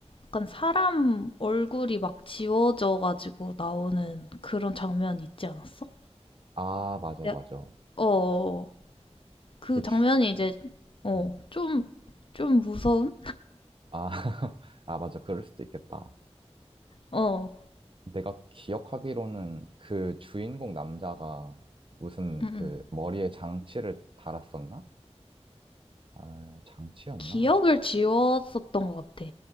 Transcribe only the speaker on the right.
아, 맞아,
맞아.
그게
주,
어.
아, <laughs> 아, 맞아. 그럴 수도 있겠다.
내가 기억하기로는 그 주인공 남자가 무슨
그 머리에 장치를 달았었나? 아, 장치였나?
하여튼.